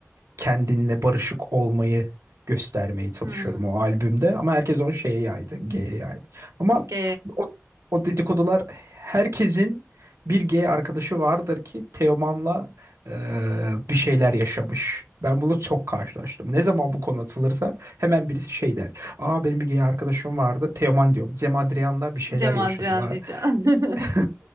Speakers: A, on the right; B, on the right.
A: kendinle barışık olmayı göstermeye çalışıyorum
B: Hmm.
A: o albümde. Ama herkes onu şeye yaydı, G'ye yaydı. Ama
B: G.
A: o, o dedikodular herkesin bir G arkadaşı vardır ki Teoman'la e, bir şeyler yaşamış. Ben bunu çok karşılaştım. Ne zaman bu konu atılırsa hemen birisi şey der. Aa benim bir gay arkadaşım vardı. Teoman diyorum. Cem Adrian'la bir şeyler
B: Cemal
A: yaşadılar.
B: Can diyeceğim. <laughs>
A: <laughs>